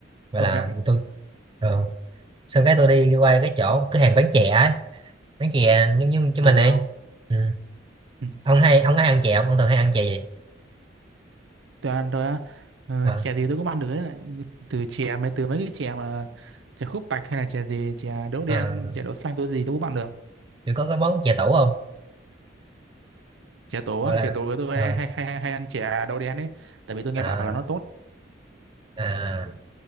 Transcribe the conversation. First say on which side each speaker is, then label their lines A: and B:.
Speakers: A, on the right (about 25°); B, on the right (about 80°).
A: gọi
B: công
A: là
B: nhận
A: tôi ờ, xong cái tôi đi qua cái chỗ cửa hàng bán chè ấy bán chè giống như cho
B: ừ
A: mình ấy
B: không
A: ừ.
B: ừ.
A: ông hay ông có hay ăn chè không ông thường hay ăn chè gì
B: tôi ăn tôi á ờ,
A: ờ
B: chè gì tôi cũng ăn được đấy từ chè mấy từ mấy cái chè mà chè khúc bạch hay là chè gì chè đậu
A: ờ,
B: đen chè đậu xanh tôi gì tôi cũng ăn được
A: kiểu có cái món chè tủ không
B: chè tổ
A: gọi
B: á
A: là
B: chè tổ tôi
A: ờ,
B: hay hay hay, hay ăn chè đậu đen ấy tại vì tôi nghe
A: à,
B: bảo là nó tốt
A: à.